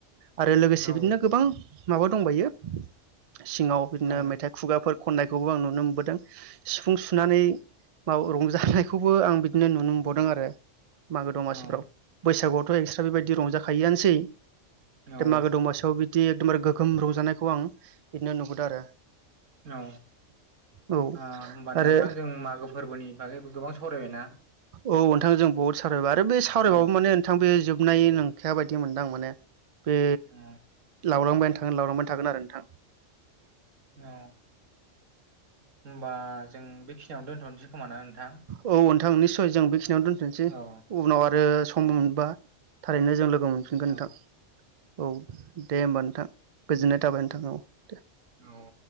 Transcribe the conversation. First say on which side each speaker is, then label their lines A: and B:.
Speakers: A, on the right; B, on the right.
A: आरो लोगोसे
B: औ
A: बिदिनो गोबां माबा दंबायो सिङाव बिदिनो
B: औ
A: मेथाइ खुगाफोर खननायखौबो आं नुनो मोनबोदों। सिफुं सुनानै मा रंजानायखौबो आं बिदिनो नुनो मोनबावदों आरो। मागो दमासिफ्राव।
B: औ
A: बैसागुआवथ' एक्सट्रा बेबायदि रंजाखायोआनोसै
B: औ
A: दा मागो दमासियाव बिदि एकदमबारे गोगोम रंजानायखौ आं बिदिनो नुबोदों आरो।
B: औ।
A: औ
B: ओ होमबा
A: आरो
B: नोंथां जों मागो फोरबोनि बागै गोबां सावरायबायना?
A: औ नोंथांजों जों बहुत सावरायबाय आरो बे सावरायबाबो
B: अ
A: माने नोंथां बे जोबनाय नं खाया बादि मोनदां‌ माने बे
B: अ
A: लावलांबायानो थागोन लावलांबायानो था थागोन आरो नोंथां।
B: औ होमबा जों बेखिनियावनो दोनथ'नोसै खोमा ना नोंथां
A: औ नोंथां निस्सय जों बेखिनियावनो दोनथ'नोसै
B: औ
A: उनाव आरो सम
B: औ
A: मोनबा थारैनो जों लोगो मोनफिनगोन नोंथां।
B: औ
A: औ दे होमबा नोंथां गोजोननाय थाबाय नोंथां औ दे।
B: औ।